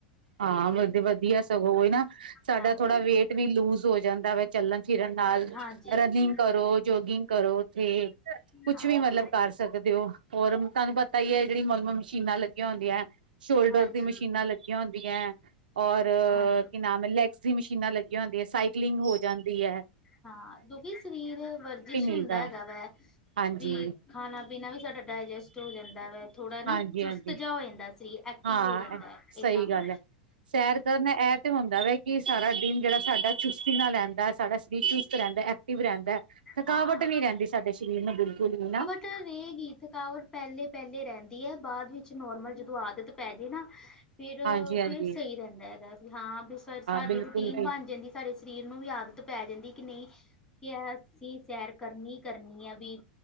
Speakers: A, on the right (about 75°); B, on the left (about 20°).
A: ਹਾਂ ਮਤ ਵਧੀਆ ਸਗੋਂ ਉਹੀ ਨਾ ਸਾਡਾ
B: ਹਾਂਜੀ
A: ਥੋੜਾ ਵੇਟ ਵੀ ਲੂਜ ਹੋ ਜਾਂਦਾ ਵੇ। ਚੱਲਣ ਫਿਰਨ ਨਾਲ
B: ਹਾਂਜੀ
A: ਰਨਿੰਗ
B: ਹਾਂਜੀ
A: ਕਰੋ ਜੋਗਿੰਗ ਕਰੋ ਉੱਥੇ। ਕੁਛ
B: ਹਾਂ
A: ਵੀ ਮਤਲਬ ਕਰ ਸਕਦੇ ਔ, ਹੋਰ ਤੁਹਾਨੂੰ ਪਤਾ ਈ ਐ ਜਿਹੜੀ ਮੁਲਮ ਮਸ਼ੀਨਾਂ ਲੱਗੀਆਂ ਹੁੰਦੀਆਂ ਸ਼ੋਲਡਰ
B: ਹਾਂਜੀ
A: ਦੀ ਮਸ਼ੀਨਾਂ ਲੱਗੀਆਂ ਹੁੰਦੀਆਂ, ਔਰ
B: ਹਾਂਜੀ
A: ਕੀ ਨਾਮ ਲੈਗਜ਼ ਦੀ ਮਸ਼ੀਨਾਂ ਲੱਗੀਆਂ ਹੁੰਦੀਆਂ, ਸਾਈਕਲਿੰਗ ਹੋ ਜਾਂਦੀ ਐ
B: ਹਾਂ, ਜੋ ਕਿ ਸਰੀਰ ਵਰਜਿਸ਼ ਹੁੰਦਾ
A: ਮਿਲਦਾ
B: ਹੈਗਾ
A: ਹੈ
B: ਵੇ,
A: ਹਾਂਜੀ
B: ਵੀ ਖਾਣਾ ਪੀਣਾਵੀ ਸਾਡਾ ਡਾਇਜੈਸਟ ਹੋ ਜਾਂਦਾ ਵੈ ਥੋੜ੍ਹਾ ਨਾ,
A: ਹਾਂਜੀ
B: ਚੁਸਤ
A: ਹਾਂਜੀ
B: ਜਾ ਹੋ ਜਾਂਦਾ ਸਰੀਰ ਐਕਟਿਵ
A: ਹਾਂ
B: ਹੋ ਜਾਂਦਾ ਏ
A: ਸਹੀ
B: ਕੰਮ
A: ਗੱਲ ਹੈ। ਸੈਰ ਕਰਨ, ਏ ਤੇ ਹੁੰਦਾ ਵੈ ਕਿ ਸਾਰਾ ਦਿਨ ਜਿਹੜਾ ਸਾਡਾ ਚੁਸਤੀ ਨਾਲ <unintelligible> ਸਾਡਾ ਸਰੀਰ ਚੁਸਤ ਰੇਦਾ ਐਕਟਿਵ ਰੇਦਾ, ਥਕਾਵਟ
B: ਹਾਂ
A: ਨੀ ਰੇਦੀ ਸਾਡੇ ਸਰੀਰ ਨੂੰ ਬਿਲਕੁਲ ਵੀ ਨਾ
B: <inaudible> ਕੀ ਥਕਾਵਟ ਪੈਲੇ-ਪੈਲੇ ਰੇਦੀ ਐ ਬਾਅਦ ਵਿੱਚ ਨੋਰਮਲ ਜਦੋਂ ਆਦਤ ਪੈਜੇ ਨਾ ਫਿਰ
A: ਹਾਂਜੀ ਹਾਂਜੀ
B: ਫਿਰ ਸਈ ਰੇਦੇ ਹੈਗਾ, ਵੀ ਹਾਂ ਵੀ ਸਾਡੀ
A: ਬਿਲਕੁਲ
B: ਰੂਟੀਨ
A: ਜੀ
B: ਬਣ ਜਾਂਦੀ ਸਾਡੇ ਸਰੀਰ ਨੂੰ ਵੀ ਆਦਤ ਪੈ ਜਾਂਦੀ ਐ ਕਿ ਨੀ ਕਿ ਅਸੀਂ ਸੈਰ ਕਰਨੀ-ਕਰਨੀ ਐ ਵੀ